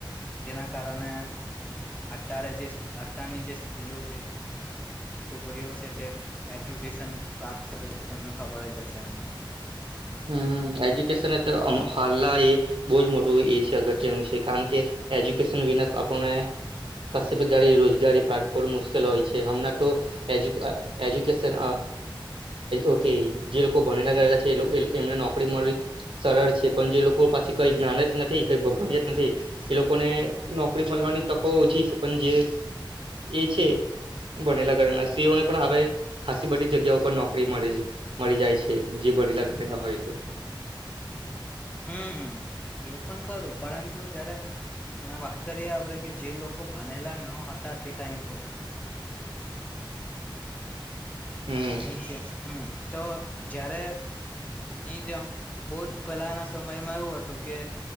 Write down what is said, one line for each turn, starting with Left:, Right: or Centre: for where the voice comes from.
Left: જેના કારણે અત્યારે જે અારની જે સ્ત્રીઓ છે છોકરીઓ છે તે એજ્યુકેશન પ્રાપ્ત કરે છે તમને ખબર જ હશે અમને
Right: હમ એજુકેશન એ તો હાલ એ બહુ જ મોટું એ છે અગત્યનું છે કારણ કે કે એજ્યુકેશન વિના આપણને કશપ ગાડી રોજગારી પ્રઠ કરું મુશ્કેલ હોય છે હમણાં તો એ એજ્યુકેશન ઓકે જે લોકો ભણેલા ગયેલા છે એ એમને નોકરી મળવી સરળ છે પણ જે લોકો પાસે કઈ જ્ઞાન જ નથી કઈ ભણી જ નથી એ લોકોને નોકરી મળવાની તકો ઓછી છે પણ જે એ છે ભનેલા ઘળના સ્ત્રીઓને પણ હવે ખાસ બધી જગ્યા ઉપર નોકરી મળે મળી જાય છે જે ભનેલા ના હોય તે
Left: હમ એ પણ ખરું પરંતુ જયારે હ વાત્ કરર્યા આપ કે જે લોકો ભનેલા ન હતાા તે ટાઈમ પર
Right: હમ
Left: હ છે હમ તો જયારે ની જેમ બહ જ પહેલાના સમયમાં એવું હતું કે